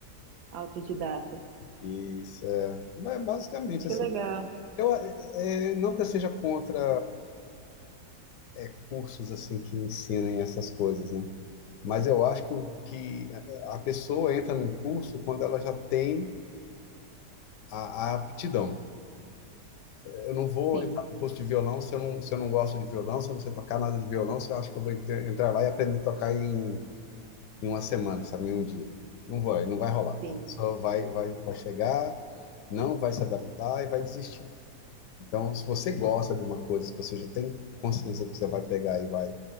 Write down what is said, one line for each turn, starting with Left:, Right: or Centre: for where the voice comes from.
Right: Autodidata.
Left: E isso é, mas basicamente,
Right: Que
Left: assim,
Right: legal.
Left: eu, eh, eh, não que eu seja contra é, cursos assim que ensinem essas coisas, né? Mas eu acho que, o, que a pessoa entra num curso quando ela já tem a, a aptidão. Eu não vou
Right: Sim,
Left: entrar no curso de violão se eu não, se eu não gosto de violão, se eu não sei tocar nada de violão, se eu acho que eu vou entre- entrar lá e aprender a tocar em, em uma semana, sabe, em um dia. Não vai, não vai rolar.
Right: sim.
Left: A pessoa vai, vai, vai chegar, não vai se adaptar e vai desistir. Então, se você gosta de uma coisa, se você já tem consciência que você vai pegar e vai